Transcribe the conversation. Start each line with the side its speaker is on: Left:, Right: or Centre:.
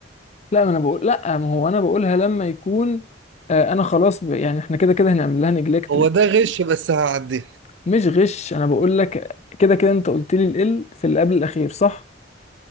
Left: لا ما انا بقول لا ما هو انا بقولها لما يكون آه، انا خلاص ب... يعني احنا كده كده هنعمل لها نجلكت
Right: هو ده غش بس هعديها
Left: مش غش انا بقول لك كده كده انت قلت لي ال في اللي قبل الاخير صح؟